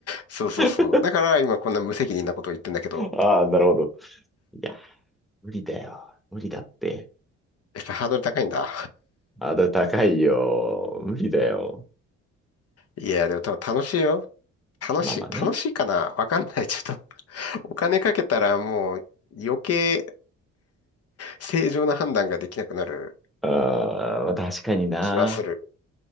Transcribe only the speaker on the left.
そうそうそう。
だから今こんな無責任なことを言ってんだけど、
やっぱハードル高いんだ。
いや、でも多分楽しいよ。楽しい、
楽しいかなわかんない。<laughs> ちょっと <laughs> お金かけたらもう余計正常な判断ができなくなる
気はする。